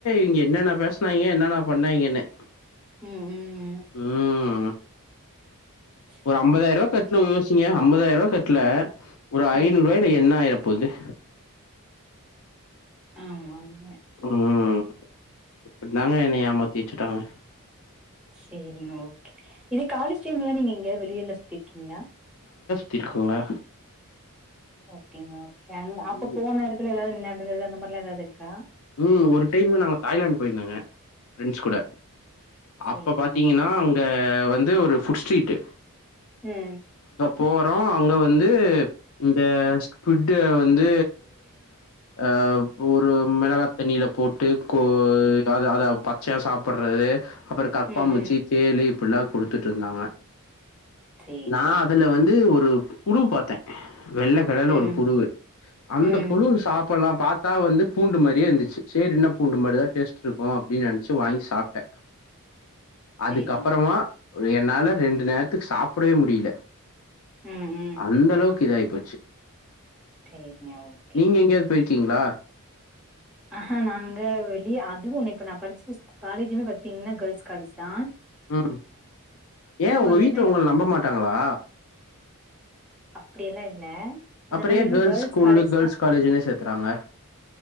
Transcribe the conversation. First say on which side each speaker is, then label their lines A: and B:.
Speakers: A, on the left; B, in the centre.
A: இங்க என்னென்ன பேசுனாங்க என்னன்ன பண்ணாங்கைன்னு
B: ம் ம்
A: உஹம்
B: சேரிங்க
A: ஒரு ஐம்பதாயிரூவா கட்ல யோசிங்க ஐம்பதாயி ரூவா கட்ல ஒரு ஐநூறுவாயில
B: ம்
A: என்னாயிர தில்லு
B: <unintelligible>
A: ஒரு அப்புடி தாங்க என்ன ஏமாத்தி வச்சுட்டாங்க
B: செரிங்க ஓகே இது காலேஜ் டைம்ல நீங்க வெளில சுத் இருக்கீங்களா
A: திக்குல்லா
B: ஓகேங்க ஓகே அப்ப
A: ம்
B: போன இடத்துல ஏதாவது <inaudible> அந்த மாரிலாம் ஏதாவது இருக்க
A: உம் ஒரு டைம்மு நாங்க தாய்லாந்து போய்ருந்தோங்க பெரண்ஸ் கூட
B: சேரிங்க
A: அப்ப பாத்தீங்கன்னா
B: ஓகே
A: அங்க வந்து ஒரு புஃபுட் ஸ்ட்ரீட்
B: ஹம்
A: போறோம் அங்க வந்து இந்த ட்டு வந்து அ ஒரு மிளகாய தண்ணியில போட்டு கோ அத அத பச்சயா சாப்படுறது அப்பற கடப்பா
B: ம்
A: முச்சி
B: ம்
A: தேலி புள்ளா கொடுத்துட்டு இருந்தாங்க
B: சேரிங்க
A: நான் அதுல
B: ஓகே
A: வந்து ஒரு முழு பாத்தேன் வெள்ளக்கலர்ல
B: ம்
A: ஒரு புழுவு அந்த
B: ம்
A: புழு சாப்பிடலாம் பாத்தா வந்து பூண்டு மாரியே இருந்துச்சு செரி என்ன பூண்டு மாரிதான் டேஸ்ட் இருக்கும் அப்டின்னு நினைச்சு வாங்கி சாப்பிட்டேன்
B: சேரிங்க
A: அதுக்கு அப்றமா ஒரு என்னால ரெண்டு நேரத்துக்கு சாப் ப்படவே முடில
B: ம் ம்
A: அந்த அளவுக்கு இதா போச்சி
B: சேரிங்க ஓகே
A: நீங்க எங்கயாது போயிருக்கீங்களா
B: ஆஹா நாங்க வெளியே அதுவும் ஒன்னு இப்ப நான படிச்ச காலேஜுமே பத்தீங்கன்னா கேர்ள்ஸ் காலேஜ் தான்
A: ம் ஏன் உங்க
B: வரலன்னா
A: வீட்டுல உங்க நம்ப மாட்டாங்களா
B: அப்டியெல்லா இல்ல இந்த
A: அப்
B: மாரி
A: ஏன்
B: வந்து
A: கேர்ள்ஸ் ஸ்கூல்லு
B: காலேஜ்
A: கேர்ள்ஸ்
B: தா
A: காலேஜ்லையே சேக்குறாங்க